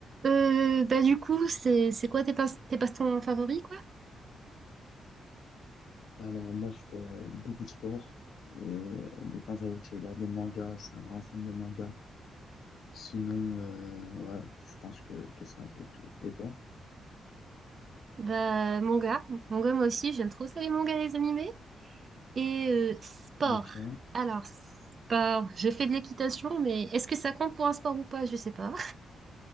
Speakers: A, on the right; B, on the left.
A: Euh, bah du coup, c'est c'est quoi tes passe tes passe-temps favoris quoi?
B: Alors moi, je fais euh, beaucoup de sport et euh, de temps à autre, je regarde des mangas. Je suis un grand fan de mangas. Sinon, euh, ouais, je pense que, que c'est un peu tout. Et toi?
A: Bah manga, manga moi aussi, j'aime trop ça les mangas les animés et euh, sport.
B: Ok,
A: Alors sport, je fais de l'équitation mais est-ce que ça compte pour un sport ou pas? Je sais pas.